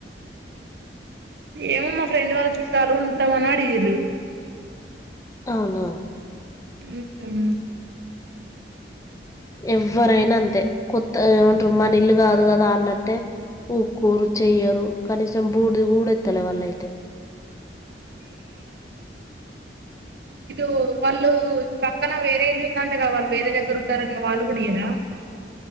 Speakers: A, on the right; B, on the left.
A: ఏమో మా ఫ్రెండ్ వాళ్ళ చుట్టాలు తమన్ అడిగిరు
B: అవునా
A: హ్మ్ మ్
B: ఎవ్వరైనా అంతే కొత్త ఏమంటారు మన ఇల్లు కాదు కదా అన్నట్టే ఊక్కోరు, చెయ్యరు, కనీసం బూడిది గూడెత్తలే వాళ్ళయితే.
A: ఇదో వాళ్ళు పక్కన వేరే ఇల్లు ఉందంట కద. వాళ్ళు వేరే దగ్గర ఉంటారట గదా వాళ్ళు కూడా ఇయ్యరా